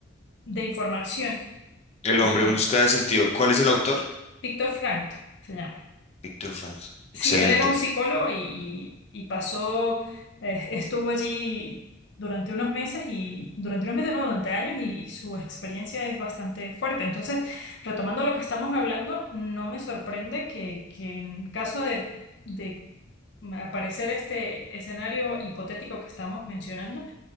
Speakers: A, on the left; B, on the left.
A: de información.
B: El
A: Es
B: hombre
A: muy buena.
B: en busca de sentido. ¿Cuál es el autor?
A: Víctor Frank se llama.
B: Víctor Frank.
A: Sí,
B: Excelente.
A: él era un psicólogo y, y- y pasó, eh, estuvo allí durante unos meses y durante unos meses, no, durante años y, y su experiencia es bastante fuerte. Entonces, retomando lo que estamos hablando, no me sorprende que, que en caso de... de aparecer este escenario hipotético que estamos mencionando,